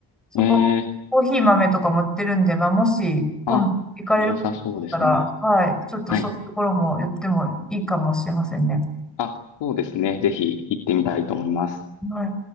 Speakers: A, in the centre; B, on the left (about 75°).
A: そこ、
B: えー、
A: コーヒー豆とかも売ってるんで、まあ、もし、今度行かれることがあったら、
B: あ、良さそうですね。
A: はい、ちょっとそういうところも言ってもいいかもしれませんね。
B: はい。あ、そうですね。ぜひ行ってみたいと思います。
A: はい